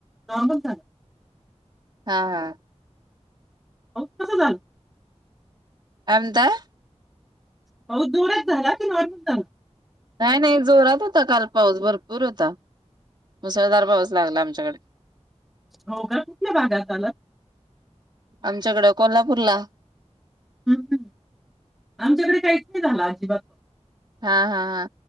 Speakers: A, in the centre; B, on the right (about 40°).
A: नॉर्मल झाला.
B: हा हा
A: पाऊस कसा झाल.
B: काय म्हनताय.
A: पाऊस जोरात झाला की नॉर्मल झाला?
B: नाही, नाही जोरात होता काल पाऊस भरपूर होता. मुसळधार पाऊस लागला आमच्याकडे.
A: हो का कुठल्या भागात झाल?
B: आमच्याकडं कोल्हापूर ला.
A: हम् आमच्याकडे काहीच नाही झाला अजिबात.
B: हा हा हा